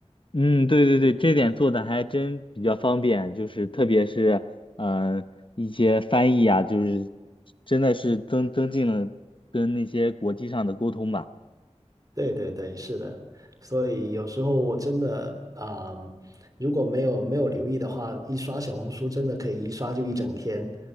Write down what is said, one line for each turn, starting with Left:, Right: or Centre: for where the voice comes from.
Left: 嗯，对对对，这点做的还真比较方便，就是特别是嗯、呃一些翻译啊，就是真的是增增进了跟那些国际上的沟通吧。
Right: 对对对，是的，所以有时候我真的，嗯，如果没有没有留意的话，一刷小红书真的可以一刷就一整天，